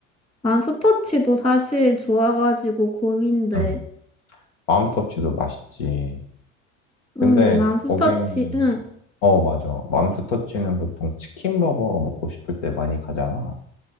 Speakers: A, on the left; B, on the left.
A: 맘스터치도 사실 좋아가지고 고민돼.
B: 음. 맘스터치도 맛있지.
A: 응,
B: 근데
A: 맘스터치,
B: 거긴,
A: 응.
B: 어, 맞아. 맘스터치는 보통 치킨버거 먹고 싶을 때 많이 가잖아.